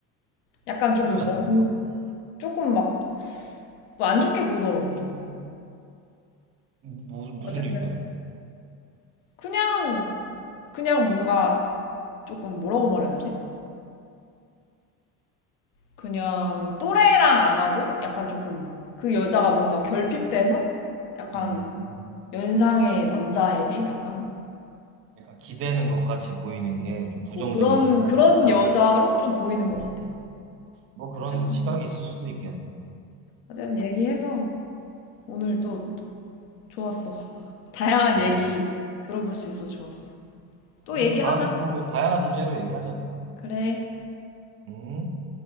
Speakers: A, on the left; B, on the right.
A: 약간 조금
B: 왜안
A: 멍
B: 되는
A: 조금 막 안 좋게 보더라고 좀.
B: 무, 무슨
A: 어쨌든
B: 이유 때문에?
A: 그냥 그냥 뭔가 조금 뭐라고 말해야 되지? 그냥 또래랑 안 하고 약간 조금 그 여자가 뭔가 결핍돼서 약간
B: 음.
A: 연상의 남자에게 약간
B: 약간 기대는 것 같이 보이는 게 좀 부정적인
A: 뭐 그런
B: 시각이
A: 그런
B: 있다.
A: 여자로 좀 보이는 것 같아.
B: 뭐 그런
A: 어쨌든
B: 시각이 있을 수도 있겠네.
A: 어쨌든 얘기해서 오늘 또 좋았어. <laughs> 다양한
B: 음.
A: 얘기 들어볼 수 있어 좋았어. 또
B: 그래.
A: 얘기하자.
B: 다음에 또 다양한 주제로 얘기하자고.
A: 그래.
B: 음.